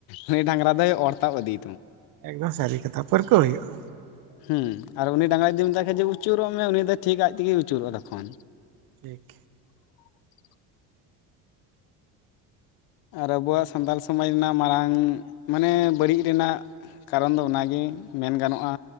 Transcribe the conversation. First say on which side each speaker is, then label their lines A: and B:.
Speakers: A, on the left; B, on the right.
A: ᱩᱱᱤᱭ ᱰᱟᱝᱨᱟ ᱫᱚᱭ ᱚᱨ ᱛᱟᱵ ᱤᱫᱤ
B: ᱮᱠᱫᱚᱢ ᱥᱟᱹᱨᱤ ᱠᱟᱛᱷᱟ ᱯᱟᱹᱨᱠᱟᱹᱣ ᱦᱩᱭᱩᱜᱼᱟ
A: ᱦᱮᱸ ᱟᱨ ᱩᱱᱤ ᱰᱟᱝᱨᱟ ᱡᱩᱫᱤ ᱢᱮᱛᱟᱭ ᱠᱷᱟᱱ ᱡᱮ ᱟᱹᱪᱩᱨᱚᱜ ᱢᱮ ᱩᱱᱤ ᱫᱚ ᱴᱷᱤᱠ ᱟᱡ ᱛᱮᱜᱮ ᱟᱹᱪᱩᱨᱚᱜᱼᱟ ᱛᱚᱠᱷᱚᱱ
B: ᱴᱷᱤᱠ
A: ᱻ <inaudible> ᱟᱨ ᱟᱵᱚᱣᱟᱜ ᱥᱟᱱᱛᱟᱞ ᱥᱚᱢᱟᱡᱽ ᱨᱮᱱᱟᱜ ᱢᱟᱨᱟᱝ ᱢᱟᱱᱮ ᱵᱟᱹᱲᱤᱡ ᱨᱮᱱᱟᱜ ᱠᱟᱨᱚᱱ ᱫᱚ ᱚᱱᱟᱜᱮ ᱢᱮᱱ ᱜᱟᱱᱚᱜᱼᱟ